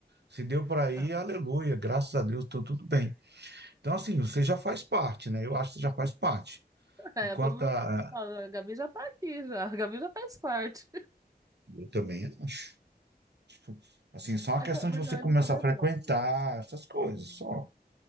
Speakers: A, on the right; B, on the right.
A: Se deu para ir,
B: ah.
A: aleluia,
B: <laughs>
A: graças a Deus, tô tudo bem. Então, assim, você já faz parte, né? Eu acho que você já faz parte.
B: É,
A: E quanto
B: todo mundo,
A: a.
B: eu falo, a Gabi já tá aqui já. <laughs> A Gabi já faz parte.
A: Eu também acho. Tipo, assim, só uma
B: É
A: questão
B: que eu- mas
A: de você
B: eu ainda
A: começar
B: sou medrosa.
A: a frequentar essas coisas,
B: Hum.
A: só.